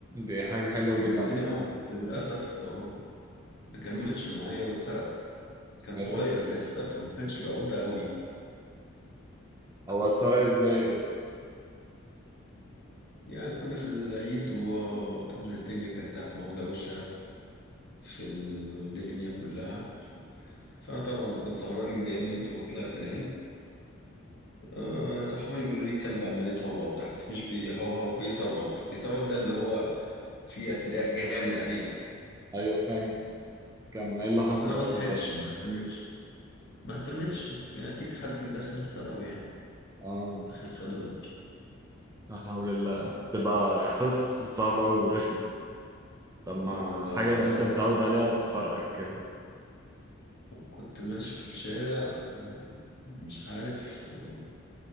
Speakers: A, on the right; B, on the left.
A: دي حاجه حلوه
B: كان
A: جدا
B: بيحبني أوي بس للأسف هو ما كملش معايا واتسرق كان
A: يا
B: صغير
A: ساتر
B: لسه فما كانش بيعض قوي
A: هو اتسرق ازاي اصلا
B: يعني كنا في العيد وطبعا الدنيا كانت زحمة ودوشة في الدنيا كلها فأنا طبعا كنت سهران جامد وطلعت أنام أه صحوني بيقولوا لي الكلب عمال يصوت تحت مش بيهوهو بيصوت بيصوت ده اللي هو فيه اعتداء جامد عليه
A: ايوه فاهم كان ايه اللي حصل
B: فأنا ما
A: اصلا
B: صحيتش
A: ساعتها
B: ما اهتمتش ما اهتمتش بس كان أكيد حد دخل سرقه يعني
A: اه
B: دخل خده بالعافية
A: لا حول الله بتبقى احساس صعب قوي ورخم لما
B: اه والله
A: حاجه بقى
B: أنا
A: انت
B: عايز
A: متعود
B: أقول لك
A: عليها تفرقك كده
B: كنت ماشي في الشارع آه، مش عارف آه،